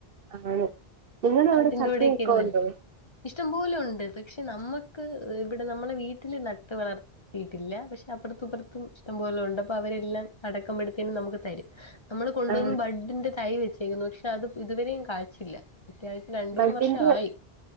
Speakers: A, on the right; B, on the left.
A: ആണ് നിങ്ങടെ അവിടെ
B: അതിന്റെ
A: ചക്കയൊക്കെ
B: കൂടൊക്കെ ഇരുന്നില്ല
A: ഉണ്ടോ
B: ഇഷ്ടം പോലെ ഉണ്ട് പക്ഷെ നമ്മുക്ക് ഇവിടെ നമ്മളെ വീട്ടിൽ നട്ട് വളർത്തിയിട്ടില്ല പക്ഷെ അപ്പറത്തും ഇപ്പറത്തും ഇഷ്ടം പോലെ ണ്ട്പ്പോ അവരെല്ലാം അടക്കംബഡ്ത്തിനും നമുക്ക് തരും നമ്മള് കൊണ്ടുവന്ന്
A: ആഹ്
B: ബഡിന്റെ തൈ വെച്ചേക്കുന്നു പക്ഷെ അത് ഇതുവരെയും കായ്ച്ചില്ല അത്യാവശ്യം രണ്ട്
A: ബഡ്ഡിന്റെ
B: മൂന്ന് വർഷം ആയി